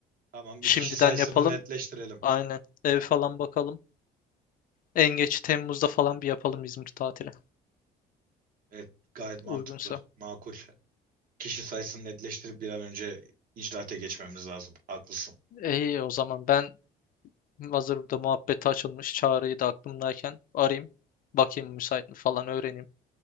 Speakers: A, on the right (about 55°); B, on the left (about 55°).
A: Tamam
B: Şimdiden
A: bir kişi sayısını
B: yapalım.
A: netleştirelim.
B: Aynen. Ev falan bakalım. En geç Temmuz'da falan bir yapalım İzmir tatili.
A: Evet, gayet mantıklı,
B: Uygunsa.
A: makul. Kişi sayısını netleştirip bir an önce icraate geçmemiz lazım. Haklısın.
B: İyi o zaman ben hazır burada muhabbeti açılmış. Çağrı'yı da aklımdayken arayayım. Bakayım müsait mi falan öğreneyim.